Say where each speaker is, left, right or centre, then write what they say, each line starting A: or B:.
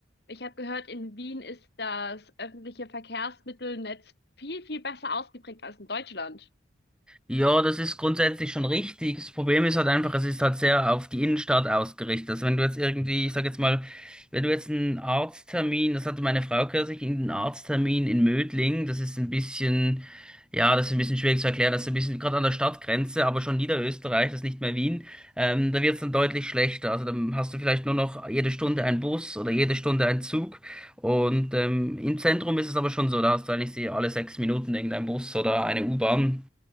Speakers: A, on the left; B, in the centre.
A: Ich habe gehört, in Wien ist das öffentliche Verkehrsmittelnetz viel, viel besser ausgeprägt als in Deutschland.
B: Ja, das ist grundsätzlich schon richtig. Das Problem ist halt einfach, es ist halt sehr auf die Innenstadt ausgerichtet. Also wenn du jetzt irgendwie, ich sag jetzt mal, wenn du jetzt einen Arzttermin, das hatte meine Frau kürzlich, einen Arzttermin in Mödling, das ist ein bisschen, ja, das ist ein bisschen schwierig zu erklären, das ist ein bisschen gerade an der Stadtgrenze, aber schon Niederösterreich, das ist nicht mehr Wien, ähm, da wird's dann deutlich schlechter. Also dann hast du vielleicht nur noch jede Stunde einen Bus oder jede Stunde einen Zug. Und ähm, im Zentrum ist es aber schon so, da hast du eigentlich alle sechs Minuten irgendeinen Bus oder eine U-Bahn.